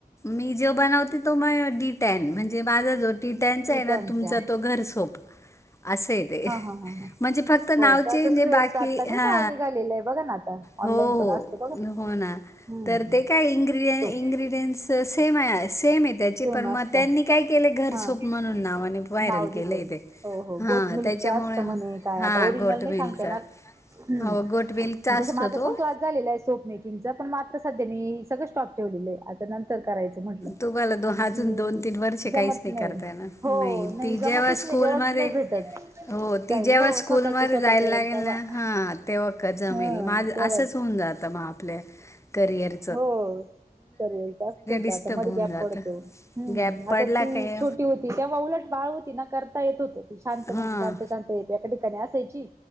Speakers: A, on the left; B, on the right.
A: मी जे बनवते तो म डी टेन म्हणजे माझा जो ति त्यांच आहे
B: गिटांचा
A: ना तुमचा तो घर सोप असेच
B: हा हा हा हा
A: म्हणजे फक्त नावचेजे
B: हो का तो स्क्वेअरचा
A: बाकी
B: आता नाही
A: हा
B: का ओ निघालेला आहे बघा ना आता
A: हो
B: ऑनलाईन पण असतो बघा
A: हो हो ना
B: हम्म
A: तर ते काय इड इंग्र्रीडियनट्स
B: तो
A: सेम सेमेत त्याची
B: सेम
A: पण मग
B: असता
A: त्यांनी काय केले घरसोप
B: हा
A: म्हणून नावाने व्हायरल
B: नाव दिलंय
A: केलेय ते
B: हो हो
A: हां
B: गोटमल्कचं
A: त्याच्यामुळे
B: असतं म्हणे काय
A: हां
B: आता ओरिजिनल
A: घोट
B: नाही
A: मिल्कचा
B: सांगते ना हम्
A: हो गोट मिल्कचा असतो
B: तस माझ
A: तो
B: पण क झालेलं आहे सोप मेकिंग च पण मात्र सध्या मी सगळं स्टॉप ठेवलेलं आहे आता नंतर करायचं म्हटलं
A: तुम्हाला दो अजून
B: हम्म
A: दोन तीन वर्ष
B: जमत
A: काहीच नाही करताय ना
B: हो
A: नाही ती
B: जमतच
A: जेव्हा स्कूलमध्ये
B: नाही वेळच नाही भेटत
A: हो
B: जाईल
A: ती जेव्हा
B: हो
A: स्कूलमध्ये
B: स्वतःच स्वतः
A: जायला
B: करेल
A: लागेल
B: तेव्हा
A: ना हा तेव्हा जमेल
B: हा
A: माझ
B: तेव्हाच
A: असंच होऊन जात मग आपल्या करिअर
B: हो करेलच होत
A: डिस्टर्ब
B: आता मध्ये
A: होऊन
B: गॅप
A: जातं
B: पडतो
A: गॅप पडला
B: आता ती
A: काय
B: छोटी होती तेव्हा उलट बाळ ति ना करता येत होत ती शांत
A: हां
B: म्हणजे शांत शांत एका ठिकाणी असायची